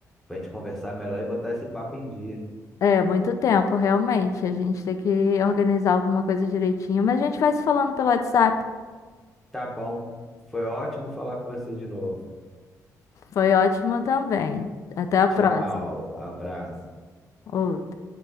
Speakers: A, in the centre; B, on the left.
A: pra gente conversar melhor e botar esse papo em dia.
B: É, muito tempo, realmente. A gente tem que organizar alguma coisa direitinho, mas a gente vai se falando pelo WhatsApp.
A: Tá bom. Foi ótimo falar com você de novo.
B: Foi ótimo também. Até a próxima.
A: Tchau, abraço.
B: Outro.